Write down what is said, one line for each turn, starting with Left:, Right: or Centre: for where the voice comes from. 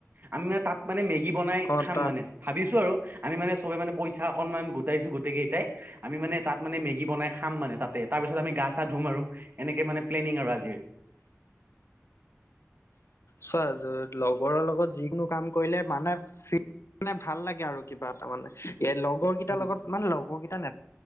Right: আমি মানে তাত মানে মেগী বনাই
Left: অ
Right: খাম
Left: তাত
Right: মানে ভাবিছো আৰু আমি মানে চবেই মানে পইচা অণমান গোটাইছোঁ গোটেই কেইটা আমি মানে তাত মানে মেগী বনাই খাম মানে তাতে, তাৰপিছত আমি গা-চা ধুম আৰু। এনেকে মানে প্লেনিং আৰু আজিৰ।
Left: চোৱা য লগৰৰ লগত যিকোনো কাম কৰিলে মানে ফ্ৰী মানে ভাল লাগে আৰু কিবা এটা মানে। এ লগৰ কেইটাৰ
Right: উম
Left: লগত মানে লগৰ কেইটা নে